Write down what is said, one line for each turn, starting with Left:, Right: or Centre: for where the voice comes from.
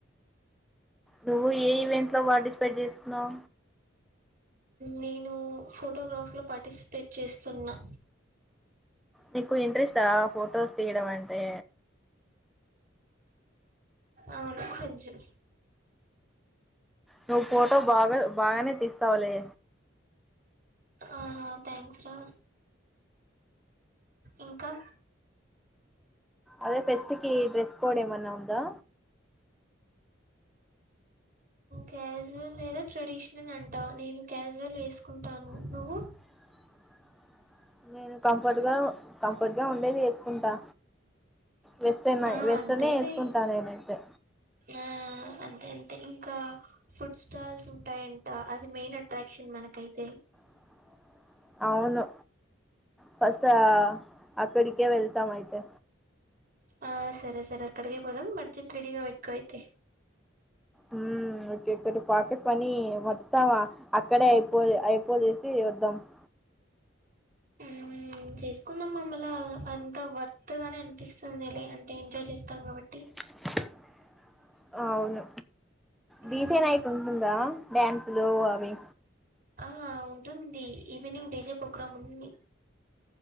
Centre: నువ్వు ఏ ఈవెంట్ లో పార్టిసిపేట్ చేస్తున్నావు
Right: నేను ఫోటోగ్రాఫ్లో పార్టిసిపేట్ చేస్తున్నా
Centre: నీకు ఇంట్రెస్ట్ ఆ ఫొటోస్ తీయడం అంటే
Right: అవును కొంచెం
Centre: నువ్వు ఫోటో బాగా బాగానే తీస్తావులే
Right: ఆహా థ్యాంక్స్ రా ఇంకా
Centre: అదే ఫెస్ట్ కి డ్రెస్ కోడ్ ఏమన్నా ఉందా
Right: క్యాజువల్ లేదా ట్రెడిషనల్ అంటా నేను క్యాజువల్ వేసుకుంటాను
Centre: <inaudible>
Right: నువ్వు
Centre: నేను కంఫర్ట్ గా కంఫర్ట్ గా ఉండేది వేసుకుంటా వెస్ట్రన్
Right: ఆ
Centre: వెస్ట్రనే
Right: అంతేలే
Centre: వేసుకుంటాను నేనైతే
Right: ఆ అంతే అంతే ఇంకా ఫుడ్ స్టాల్స్ ఉంటాయంట అది మెయిన్ అట్రాక్షన్ మనకైతే
Centre: <inaudible> అవును ఫస్ట్ అక్కడికే వెళ్తాం అయితే
Right: ఆ సరే సరే అక్కడికి పోదాం బడ్జెట్ రెడీగా వెట్కో అయితే
Centre: ఉమ్ ఒకే కే పాకెట్ మనీ మొత్తం అక్కడే అయిపో అయిపోదేసి వద్దాం <inaudible>
Right: మ్మ్ చేసుకుందాం మమ్మల్ల అంత వర్త్గానే అనిపిస్తుంది అంటే ఎంజాయ్ చేస్తాం కాబట్టి
Centre: <inaudible> అవును డిజే
Right: మ్మ్
Centre: నైట్ ఉంటదా డ్యాన్సులు అవి
Right: ఆ ఉంటుంది ఈవినింగ్ డిజే ప్రోగ్రామ్ ఉంది